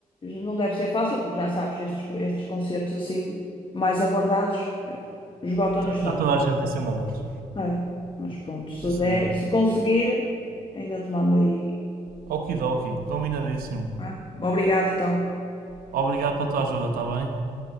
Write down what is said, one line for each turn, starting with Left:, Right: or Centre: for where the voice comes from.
Left: não deve ser fácil, porque já sabes, estes, estes concertos assim, mais aguardados, eh, esgotam
Right: Está
Left: no instante.
Right: está toda a gente em cima deles.
Left: É, mas pronto, se
Right: Sim, senhor.
Left: der, se conseguir, ainda te mando aí.
Right: Okidoki, combinadíssimo.
Left: tá? Obrigada então.
Right: Obrigado pela tua ajuda, está bem?